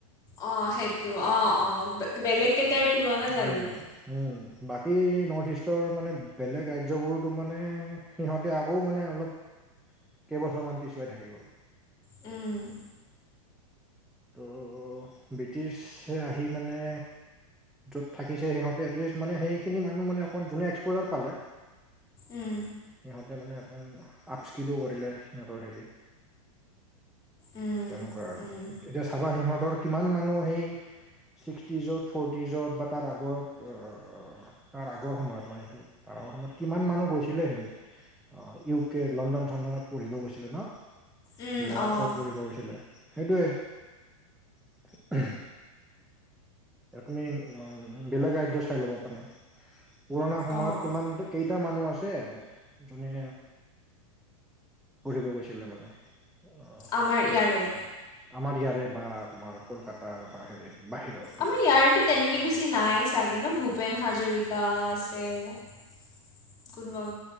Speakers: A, on the left; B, in the centre.
A: অহ সেইটো অহ অহ বেলেগকেইটাৰ তুলনাত
B: উম,
A: আৰু
B: উম বাকী নৰ্থ ইষ্টৰ মানে বেলেগ ৰাজ্যবোৰতো মানে সিহঁতে আকৌ মানে অলপ কেইবছৰ মান পিছুৱাই থাকি গ'ল
A: উম
B: ত ব্ৰিটিছে আহি মানে য'ত থাকিছে সিহঁতে এটলিষ্ট মানে সেইখিনি মানুহ মানে অকমান যোনে এক্সপোজাৰ পালে
A: উম
B: সিহঁতে মানে অকণ আপস্কিলো কৰিলে সিহঁতৰ হেৰি
A: উম
B: তেনেকুৱা আৰু।
A: উম
B: এতিয়া চাবা সিহঁতৰ কিমান মানুহ সেই ছিক্সটি য'ত ফৰটি য'ত বা তাৰ আগত অহ অহ তাৰ আগৰ সময়ত মানে এইটো তাৰ আগৰ সময়ত কিমান মানুহ গৈছিলে হেৰিত অহ ইউ কে লণ্ডন চণ্ডনত পঢ়িব গৈছিলে ন
A: উম
B: ল
A: অঁ
B: চ পঢ়িব গৈছিলে সেইটোৱে <unintelligible> এ তুমি উম বেলেগ ৰাজ্য চাই ল'বা পালে পুৰাণা সময়ত
A: অঁ
B: কিমান কেইটা মানুহ আছে যোনে পঢ়িব গৈছিলে মানে অহ
A: আমাৰ
B: হেৰি
A: ইয়াৰে
B: আমাৰ ইয়াৰে বা তোমাৰ কলকাতাৰ বা হেৰিৰ বাহিৰৰ হেৰিৰ
A: আমাৰ ইয়াৰেতো তেনেকে বেছি নাই চাগে ন ভূপেন হাজৰিকাত আছে কোনোবা